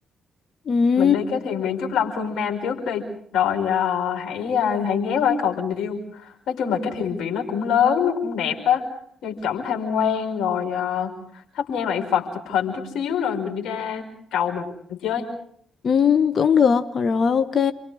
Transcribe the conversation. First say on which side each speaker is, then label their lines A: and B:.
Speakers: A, on the left; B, on the left.
A: Ừ,
B: mình đi cái thiền viện Trúc Lâm phương Nam trước đi rồi ờ, hãy ờ, hãy ghé qua cái cầu tình yêu nói chung là cái thiền viện nó cũng lớn nó cũng đẹp á vô trỏng tham quan rồi ờ, thắp nhang lạy Phật chụp hình chút xíu rồi mình đi ra cầu mình chơi
A: ừ, cũng được. Rồi ok.